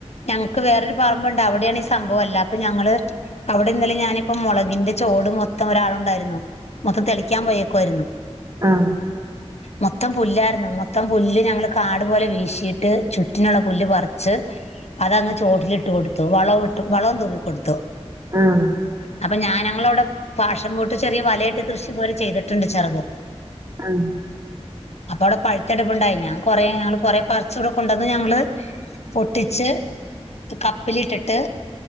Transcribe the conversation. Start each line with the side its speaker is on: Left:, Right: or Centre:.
Left: ഞങ്ങക്ക് വേറൊരു പറമ്പുണ്ട് അവിടെയാണ് ഈ സംഭവ എല്ലാ അപ്പൊ ഞങ്ങള് അവിടിന്നലെ ഞാനിപ്പോ മൊളകിന്റെ ചോട് മൊത്തം ഒരാളുണ്ടാരുന്നു മൊത്തം തെളിക്കാൻ പോയേക്കുവാരുന്നു
Right: ആഹ്
Left: മൊത്തം പുല്ലായിരുന്നു മൊത്തം പുല്ല് ഞങ്ങള് കാടു പോലെ വീശീയിട്ട് ചുറ്റിനുള്ള പുല്ല് പറിച്ച് അതങ്ങ് ചോട്ടിലിട്ട് കൊടുത്തു വളം ഇട്ടു വളം തൂവിക്കൊടുത്തു
Right: ആഹ്
Left: അപ്പൊ ഞാൻ ഞങ്ങളവിടെ പാഷം പൂട്ട് ചെറിയ വലയിട്ട് കൃഷി പോലെ ചെയ്തിട്ടുണ്ട് ചെറുത്
Right: ആഹ്
Left: അപ്പ അവിടെ പഴുത്തെടുപ്പുണ്ടായി ഞാൻ കൊറെ ഞങ്ങള് കൊറേ പറിച്ച് ഇവിടെ കൊണ്ടെന്ന് ഞങ്ങള് പൊട്ടിച്ച് ഇത് കപ്പിലിട്ടിട്ട്